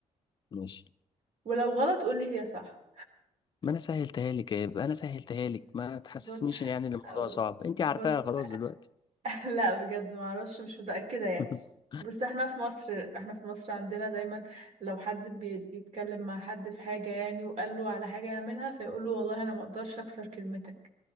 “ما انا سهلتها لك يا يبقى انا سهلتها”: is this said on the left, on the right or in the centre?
Left